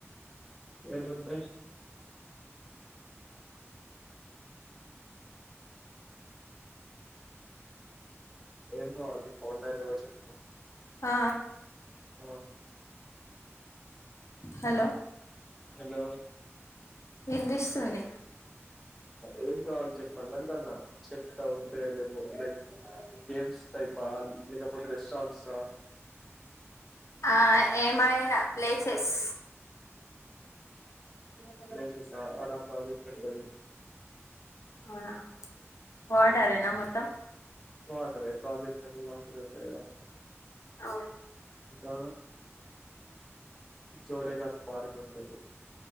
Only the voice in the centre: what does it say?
ఎట్లుంటాయి ఏం <unintelligible> ఫోన్ పే కావాలి చెప్పు
హలో
హలో
ఏం కావాలి చెప్ మళ్ళంటన్నా చెప్తా ఉంటే లేవో లైక్ గేమ్స్ టయిపా లేకపోతే రేష్ తంస
ప్లేసేసా ఆడ ప్రాజెక్టు ఉంటది
వాటరే ప్రాజెక్టు అంటే వా ఉంటాయి కదా
ఆ జోడేఘాట్ పార్క్ ఉంటది